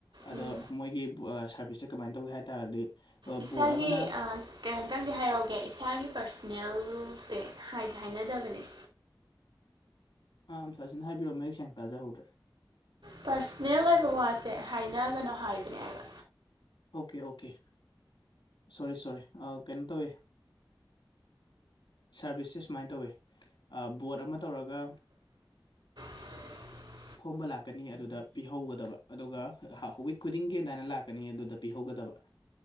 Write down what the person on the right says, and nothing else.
ꯎꯝ
ꯏꯁꯥꯒꯤ
ꯀꯩꯅꯣꯝꯇꯪꯗꯤ ꯍꯥꯏꯍꯧꯒꯦ ꯏꯁꯥꯒꯤ ꯄꯔꯁꯅꯦꯜꯁꯦ ꯍꯥꯏꯗꯤ ꯍꯥꯏꯅꯗꯕꯅꯦ
ꯄꯥꯔꯁꯅꯦꯜ ꯑꯣꯏꯕ ꯋꯥꯁꯦ ꯍꯥꯏꯅꯒꯅꯣ ꯍꯥꯏꯕꯅꯦ ꯍꯥꯏꯕ
<unintelligible>